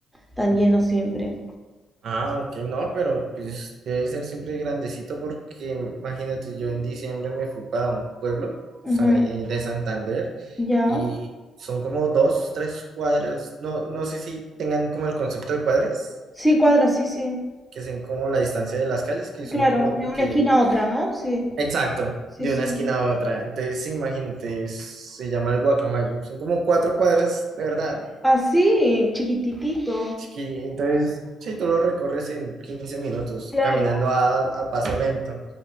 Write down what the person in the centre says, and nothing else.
tan lleno siempre.
Ujú,
Ya.
Sí, cuadra, sí, sí.
Claro,
de una
esquina a otra, ¿no? Sí,
sí,
sí.
Así, chiquititito.
Claro.